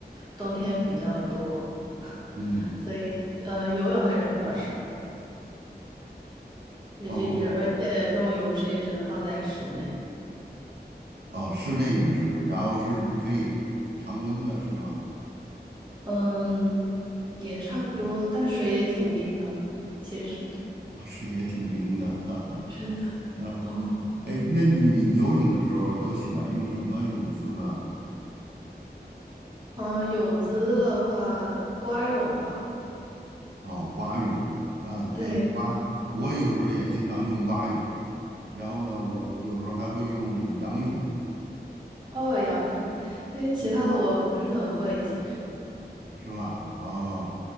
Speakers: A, on the right (about 25°); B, on the right (about 75°).
A: 冬天比较多，<laughs>
B: 嗯。
A: 所以呃，游泳还是比较少，也就也而且这种泳池也只能放在室内。
B: 哦。哦，室内泳池，然后是可以常温的，是吗？
A: 嗯，也差不多，但水也挺冰的，其实 <laughs>。
B: 啊、水也挺冰的，<laughs> 哈哈
A: 是的，
B: 哈哈。
A: <laughs> 哦，
B: 哎，那你游泳的时候都喜欢用什么泳姿呢？
A: 嗯，泳姿的话，蛙泳吧，
B: 哦，蛙泳，嗯，
A: <laughs> 对，
B: 对，蛙，我有时候也经常用蛙泳，然后呢，我有时候还会用仰泳，
A: 哦，仰泳，因为其他的我不是很会，
B: 嗯，
A: 其实。
B: 是吧？啊，